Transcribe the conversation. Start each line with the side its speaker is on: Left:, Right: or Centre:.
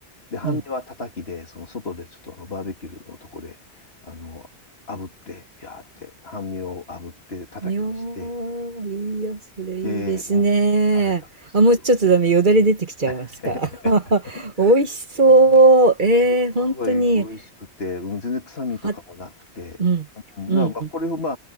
Left: で、半身はたたきで、
Right: ー、うん。
Left: その外でちょっとあの、バーベキューのとこで、あの、炙って、ビャーって、半身を炙って、たたきにして、
Right: いやー、いいや、それいいですね。
Left: で、うん、食べたんですけど、
Right: あ、もうちょっとダメ、よだれ出てきちゃいました。
Left: <laughs>
Right: <laughs> 美味しそう。
Left: おい、
Right: えー、
Left: すごい美味しくて、
Right: 本当に。
Left: うん、全然臭みとかもなくて、
Right: は、うん、
Left: うんだからまあこれをま
Right: うん。